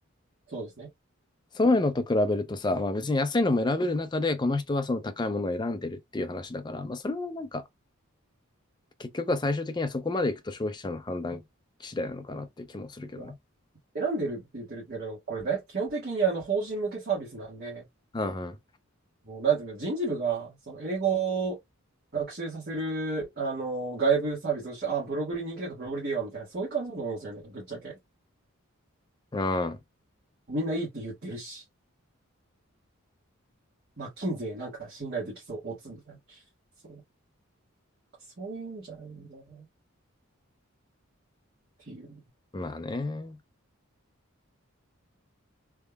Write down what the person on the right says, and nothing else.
そうですね。
いや、選んでるって言ってるけど、これだ基本的にあの法人向けサービスなんで、
もうなんていうの、人事部がその英語を学習させるあの外部サービスとして、あ、ブログに人気だからブログでいいわみたいな、そういう感じだと思うんですよね、ぶっちゃけ。
みんないいって言ってるし、まッキなんか信頼できそう、オツみたいな。そう、そういうんじゃないんだなっていう。